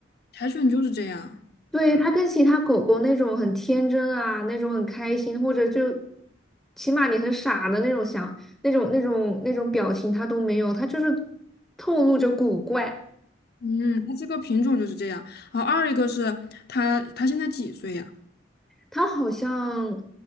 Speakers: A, on the left; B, in the centre.
A: 柴犬就是这样，
B: 对，它跟其他狗狗那种很天真啊，那种很开心，或者就起码你很傻的那种想那种那种那种表情，它都没有，它就是透露着古怪。
A: 嗯，它这个品种就是这样。然后二一个是它它现在几岁呀？
B: 它好像